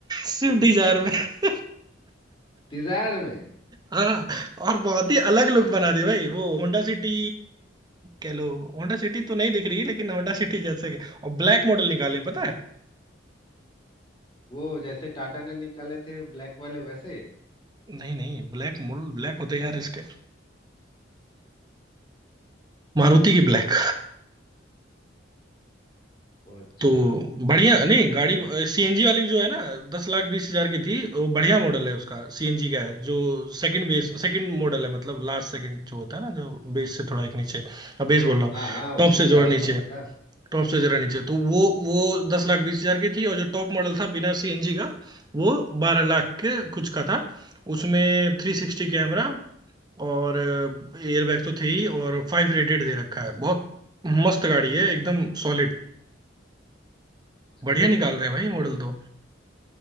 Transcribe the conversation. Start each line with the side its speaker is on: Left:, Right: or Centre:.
Right: स्विफ्ट डिजायर में <laughs>
Left: डिजायर में
Right: हाँ और बहुत ही अलग लुक बना दिया भाई वो होंडा सिटी कह लो होंडा सिटी तो नहीं दिख रही लेकिन होंडा सिटी जैसे के- और ब्लैक मॉडल निकाले पता है
Left: वो जैसे टाटा ने निकाले थे ब्लैक वाले वैसे
Right: नहीं नहीं ब्लैक मॉडल ब्लैक होते हैं यार इसके मारुति की ब्लैक
Left: ओ अच्छा
Right: तो बढ़िया नहीं गाड़ी सीएनजी वाली जो है ना दस लाख बीस हजार की थी वो बढ़िया मॉडल है उसका सीएनजी का है जो सेकंड बेस सेकंड मॉडल है मतलब लास्ट सेकंड जो होता है ना जो बेस से थोड़ा एक नीचे बेस बोल रहा हूँ
Left: हाँ हाँ उसी
Right: टॉप से
Left: के
Right: जो
Left: आसपास
Right: है नीचे
Left: का
Right: टॉप से जरा नीचे तो वो वो दस लाख बीस हजार की थी और जो टॉप मॉडल था बिना सीएनजी का वो बारह लाख के कुछ का था उसमें थ्री सिक्सटी कैमरा और एयरबैग तो थे ही और फाइव रेटेड दे रखा है बहुत मस्त गाड़ी है एकदम सॉलिड बढ़िया
Left: बुलेट
Right: निकाल रहे हैं भाई मॉडल तो